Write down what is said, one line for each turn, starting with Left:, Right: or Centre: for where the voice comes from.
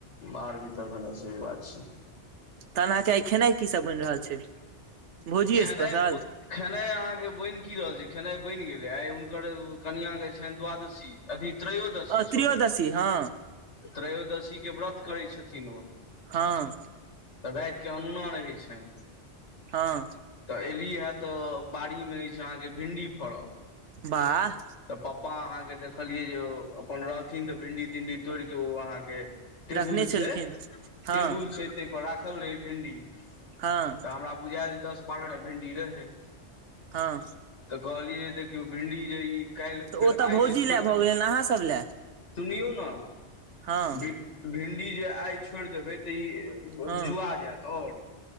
Left: बाहर भीतर भेनाय सही बात छै
Right: तहन अहाँके आई खेनाइ की सब बइन रहल छै भोजिये
Left: खेनाइ
Right: स्पेशल
Left: ब खेनाइ अहाँके बैन की रहल छै खेनाइ बनि गेलै आइ हुनकर कनिआं के छनि द्वादशी अथी त्रयोदशी
Right: अ त्रयोदशी
Left: सॉरी
Right: हँ
Left: त्रयोदशी के व्रत करै छथिन ओ
Right: हँ
Left: तऽ राइत के अनोना रहै छनि
Right: हँ
Left: तऽ एली हे तऽ बाड़ी मे अछि अहाँके भिंडी फड़ल
Right: बाह
Left: तऽ पप्पा अहाँकेँ देखलियै जे ओ अपन रहथिन तऽ भिन्डी तिंडी तोड़िके ओ अहाँके टेबुल
Right: रखने छलखिन
Left: छै
Right: हँ
Left: टेबुल छै ताहिपर राखल रहे भिंडी
Right: हँ
Left: तऽ हमरा बुझाएल जे दस बारहटा भिंडी रहै
Right: हँ
Left: तऽ कहलियै देखियौ भिंडी जे ई काल्हि
Right: तऽ
Left: फेर
Right: ओ तऽ
Left: आइ
Right: भौजी
Left: जे छोड़ि
Right: लए भऽ
Left: दे
Right: गेलनि अहाँ सब लए
Left: सुनियौ ने
Right: हँ
Left: भ भिंडी जे आइ छोड़ि देबै तऽ ई
Right: हँ
Left: जुआ जायत आओर